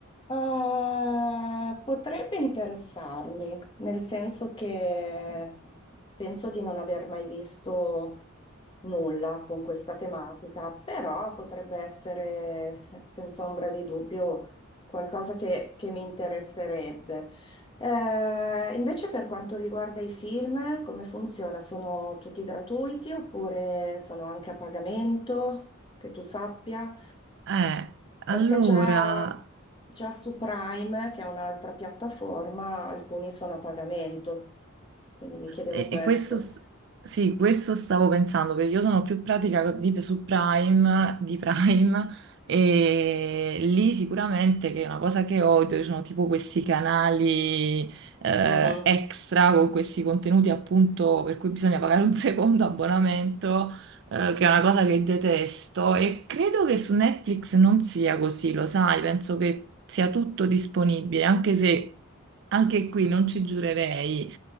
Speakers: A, on the left; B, on the right.
A: Eh, potrebbe interessarmi, nel senso che penso di non aver mai visto nulla con questa tematica, però potrebbe essere se- senza ombra di dubbio qualcosa che, che mi interesserebbe. Eh, invece per quanto riguarda i film, come funziona? Sono tutti gratuiti oppure sono anche a pagamento, che tu sappia?
B: Eh, allora,
A: Perché già, già su Prime, che è un'altra piattaforma, alcuni sono a pagamento, quindi mi chiedevo
B: E,
A: questo.
B: e questo, s- sì, questo stavo pensando, perché io sono più pratica di- su Prime, di Prime, <laughs> e lì sicuramente che è una cosa che odio, ci sono tipo questi canali eh,
A: Mhm.
B: extra con questi contenuti appunto per cui bisogna pagare un <laughs> secondo abbonamento, eh, che è una cosa che detesto, e credo che su Netflix non sia così, lo sai, penso che sia tutto disponibile, anche se... Anche qui non ci giurerei,